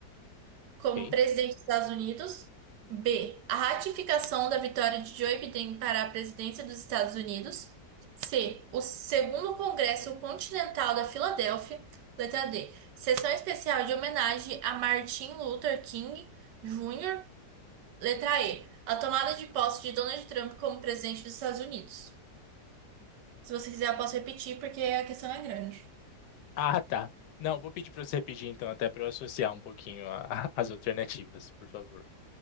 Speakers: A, on the right (about 85°); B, on the left (about 80°).
A: como
B: ok?
A: presidente dos Estados Unidos. B. A ratificação da vitória de Joe Biden para a presidência dos Estados Unidos. C. O segundo Congresso Continental da Filadélfia. Letra D. Sessão especial de homenagem a Martin Luther King Jr. Letra E. A tomada de posse de Donald Trump como presidente dos Estados Unidos. Se você quiser, eu posso repetir porque a questão é grande.
B: Ah, tá. Não, vou pedir para você repetir então, até para eu associar um pouquinho a- <laughs> as alternativas, por favor.